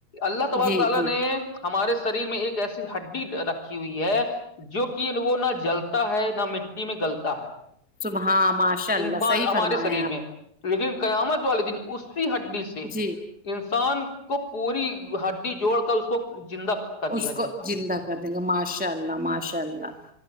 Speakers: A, on the left; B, in the centre.
A: اللہ تبارک
B: جی
A: و تعالی
B: جی
A: نے ہمارے سریر میں ایک ایسی ہڈی ہوئی ہے جو کہ وہ نہ جلتا ہے نہ مٹی میں گلتا ہے
B: صبحاں ماشاء اللہ
A: انسان
B: صحیح
A: ہمارے
B: فرمائیں
A: شریر
B: آپ
A: میں لیکن قیامت والے دن اسی ہڈی سے
B: جی
A: انسان کو پوری ہڈی جوڑ کر اس کو زندہ کر دیا
B: اس کو
A: جائے گا
B: زندہ کر دیں گے ماشاء اللہ ماشاء اللہ